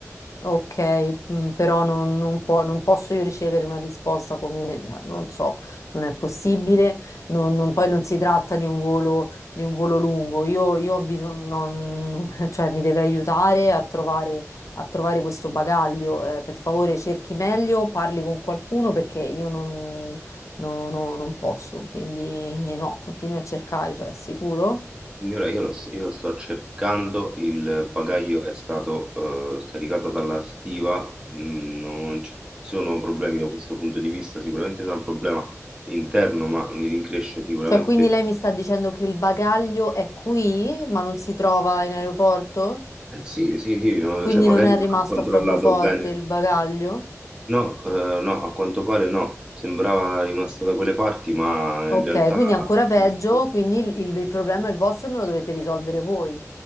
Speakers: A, on the left; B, on the right.
A: Ok, mm, però non, non può- non posso io ricevere una risposta come, cioè, non so, non è possibile, non- non- poi non si tratta di un volo, di un volo lungo, io, io ho bisogno, non- <laughs> cioè mi deve aiutare a trovare, a trovare questo bagaglio, Eh, per favore cerchi meglio, parli con qualcuno perché io non, no- no- non posso, quindi no, continui a cercare, cioè è sicuro?
B: Signora, io, lo s- io sto cercando, il bagaglio è stato eh, scaricato dalla stiva, mm, non ci sono problemi da questo punto di vista, sicuramente sarà un problema interno, ma mi rincresce sicuramente.
A: Cioè, quindi lei mi sta dicendo che il bagaglio è qui, ma non si trova in aeroporto?
B: Eh, sì, sì, sì, no,
A: Quindi
B: cioè magari
A: non è
B: non
A: rimasto
B: ha controllato
A: a Francoforte
B: bene.
A: il bagaglio?
B: No, eh, no, a quanto pare no, sembrava rimasto da quelle parti, ma
A: Ok,
B: in realtà...
A: quindi ancora peggio,
B: Eh,
A: quindi il, il- il problema è il vostro e me lo dovete risolvere voi.